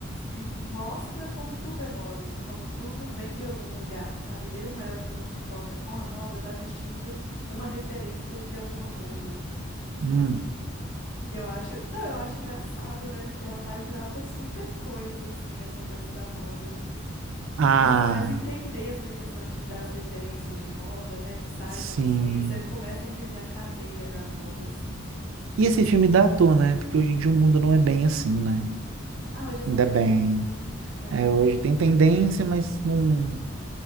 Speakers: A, on the left; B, on the right.
A: e mostra como tudo é moda, assim, como tudo vem de algum lugar, sabe? Mesmo ela que não se importa com a moda, tá vestindo uma referência de alguma coisa.
B: Hum.
A: E eu acho. Não, eu acho engraçado, né? Porque ela faz virar uma super coisa, assim, essa coisa da moda.
B: Ah,
A: E te faz entender essa questão de, das referências de moda, né? Que sai
B: sim.
A: de um desfile, você começa a entender a cadeia da moda, assim.
B: E esse filme dá à toa, né? Porque hoje em dia o mundo não é bem assim, né?
A: Ah, hoje é só
B: Ainda
A: tendência,
B: bem.
A: né? É.
B: É, hoje tem tendência, mas não.